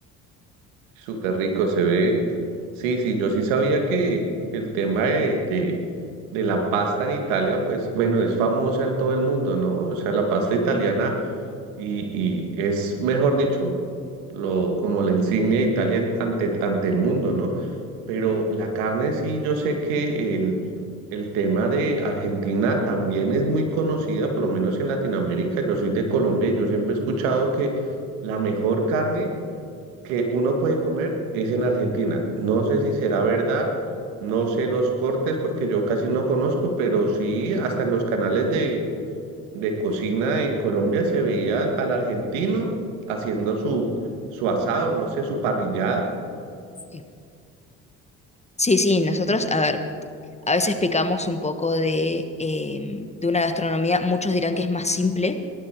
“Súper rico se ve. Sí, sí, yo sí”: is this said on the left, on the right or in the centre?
Right